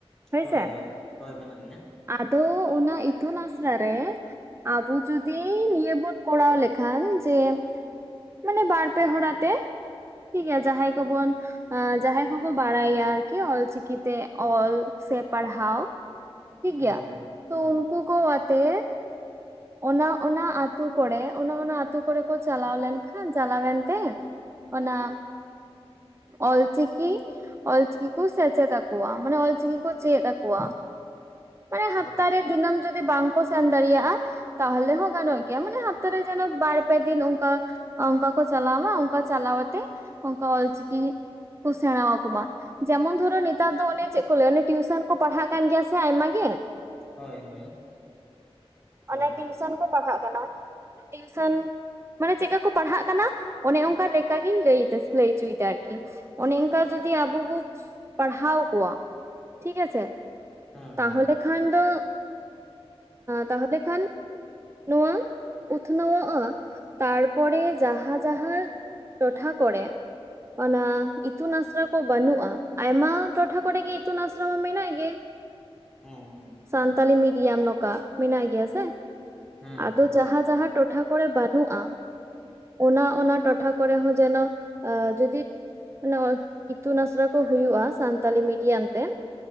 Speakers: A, on the right; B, in the centre.
A: ᱦᱳᱭᱥᱮ
B: ᱦᱳᱭ ᱦᱳᱭ, ᱦᱳᱭ ᱢᱮᱱᱟᱜ ᱜᱮᱭᱟ
A: ᱟᱫᱚ ᱚᱱᱟ ᱤᱛᱩᱱ ᱟᱥᱲᱟ ᱨᱮ ᱟᱵᱚ ᱡᱩᱫᱤ ᱱᱤᱭᱟᱹ ᱵᱚᱱ ᱠᱚᱨᱟᱣ ᱞᱮᱠᱷᱟᱱ ᱡᱮ ᱢᱟᱱᱮ ᱵᱟᱨ ᱯᱮ ᱦᱚᱲ ᱟᱛᱮ ᱴᱷᱤᱠ ᱜᱮᱭᱟ ᱡᱟᱦᱟᱸᱭ ᱠᱚᱵᱚᱱ ᱡᱟᱦᱟᱸᱭ ᱠᱚᱠᱚ ᱵᱟᱲᱟᱭᱟ ᱟᱨᱠᱤ ᱚᱞ ᱪᱤᱠᱤ ᱛᱮ ᱚᱞ ᱥᱮ ᱯᱟᱲᱦᱟᱣ ᱴᱷᱤᱠ ᱜᱮᱭᱟ
B: ᱦᱮᱸ ᱦᱮᱸ
A: ᱛᱚ
B: ᱦᱮᱸ
A: ᱩᱱᱠᱩ ᱠᱚ ᱟᱛᱮ ᱚᱱᱟ ᱚᱱᱟ ᱟᱹᱛᱩ ᱠᱚᱨᱮ ᱚᱱᱟ ᱚᱱᱟ ᱟᱹᱛᱩ ᱠᱚᱨᱮ ᱠᱚ ᱪᱟᱞᱟᱣ ᱞᱮᱱ ᱠᱷᱟᱱ ᱪᱟᱞᱟᱣᱮᱱ ᱛᱮ ᱚᱱᱟ ᱚᱞ ᱪᱤᱠᱤ ᱚᱞ ᱪᱤᱠᱤ ᱠᱚ ᱥᱮᱪᱮᱫ ᱟᱠᱚᱣᱟ ᱢᱟᱱᱮ ᱚᱞ ᱪᱤᱠᱤ ᱠᱚ ᱪᱮᱫ ᱟᱠᱚᱣᱟ ᱢᱟᱱᱮ ᱦᱟᱯᱛᱟ
B: ᱦᱳᱭ
A: ᱨᱮ ᱫᱤᱱᱟᱹᱢ ᱡᱩᱫᱤ ᱵᱟᱝ ᱠᱚ ᱥᱮᱱ ᱫᱟᱲᱮᱭᱟᱜᱼᱟ ᱛᱟᱦᱚᱞᱮ ᱦᱚᱸ ᱜᱟᱱᱚᱜ ᱜᱮᱭᱟ ᱢᱟᱱᱮ ᱦᱟᱯᱛᱟ ᱨᱮ ᱡᱮᱱᱚ ᱵᱟᱨ ᱯᱮ ᱫᱤᱱ ᱚᱱᱠᱟ ᱚᱱᱠᱟ ᱠᱚ ᱪᱟᱞᱟᱣᱢᱟ ᱚᱱᱠᱟ ᱪᱟᱞᱟᱣᱛᱮ ᱚᱱᱠᱟ ᱚᱞᱪᱤᱠᱤ ᱠᱚ ᱥᱮᱬᱟ ᱟᱠᱚᱢᱟ ᱡᱮᱢᱚᱱ ᱫᱷᱚᱨᱚ ᱱᱮᱛᱟᱨ ᱫᱚ ᱚᱱᱮ ᱪᱮᱫ ᱠᱚ ᱞᱟᱹᱭᱟ ᱚᱱᱮ ᱴᱤᱭᱩᱥᱚᱱ ᱠᱚ ᱯᱟᱲᱦᱟᱜ ᱠᱟᱱ ᱜᱮᱭᱟ ᱥᱮ ᱟᱭᱢᱟ ᱜᱮ
B: ᱦᱳᱭ ᱦᱳᱭ ᱦᱳᱭ
A: ᱚᱱᱮ ᱴᱤᱩᱥᱚᱱ ᱠᱚ ᱯᱟᱲᱦᱟᱜ ᱠᱟᱱᱟ ᱟᱫᱚ ᱴᱤᱩᱥᱚᱱ ᱢᱟᱱᱮ ᱪᱮᱫᱠᱟ ᱠᱚ ᱯᱟᱲᱦᱟᱜ ᱠᱟᱱᱟ ᱚᱱᱮ ᱚᱱᱠᱟ ᱞᱮᱠᱟ ᱜᱤᱧ ᱞᱟᱹᱭᱫᱟ ᱞᱟᱹᱭᱪᱚᱭᱮᱫᱟ ᱟᱨᱠᱤ ᱚᱱᱮ ᱚᱱᱠᱟ ᱡᱩᱫᱤ ᱟᱵᱚ ᱵᱚ ᱯᱟᱲᱦᱟᱣ ᱠᱚᱣᱟ ᱴᱷᱤᱠ ᱟᱪᱷᱮ
B: ᱦᱮᱸ
A: ᱛᱟᱦᱚᱞᱮ
B: ᱦᱮᱸ
A: ᱠᱷᱟᱱ ᱫᱚ ᱛᱟᱦᱚᱞᱮ ᱠᱷᱟᱱ ᱱᱚᱣᱟ ᱩᱛᱱᱟᱹᱣᱚᱜᱼᱟ ᱛᱟᱨᱯᱚᱨᱮ ᱡᱟᱦᱟᱸ ᱡᱟᱦᱟᱸ ᱴᱚᱴᱷᱟ ᱠᱚᱨᱮ ᱚᱱᱟ ᱤᱛᱩᱱ ᱟᱥᱲᱟ ᱠᱚ ᱵᱟᱹᱱᱩᱜᱼᱟ ᱟᱭᱢᱟ ᱴᱚᱴᱷᱟ ᱠᱚᱨᱮᱜ ᱜᱮ ᱤᱛᱩᱱ ᱟᱥᱲᱟ ᱢᱟ ᱢᱮᱱᱟᱜ ᱜᱮ
B: ᱦᱮᱸ ᱦᱮᱸ
A: ᱥᱟᱱᱛᱟᱞᱤ ᱢᱤᱰᱤᱭᱟᱢ ᱱᱚᱝᱠᱟ ᱢᱮᱱᱟᱜ ᱜᱮᱭᱟ ᱥᱮ
B: ᱦᱮᱸ
A: ᱟᱫᱚ
B: ᱦᱮᱸ
A: ᱡᱟᱦᱟᱸ ᱡᱟᱦᱟᱸ ᱴᱚᱴᱷᱟ ᱠᱚᱨᱮ ᱵᱟᱹᱱᱩᱜᱼᱟ ᱚᱱᱟ ᱚᱱᱟ ᱴᱚᱴᱷᱟ ᱠᱚᱨᱮ ᱦᱚᱸ ᱡᱮᱱᱚ ᱡᱚᱫᱤ ᱢᱟᱱᱮ ᱚᱞ ᱤᱛᱩᱱ ᱟᱥᱲᱟ ᱠᱚ ᱦᱩᱭᱩᱜᱼᱟ ᱥᱟᱱᱛᱟᱞᱤ ᱢᱤᱰᱤᱭᱟᱢ ᱛᱮ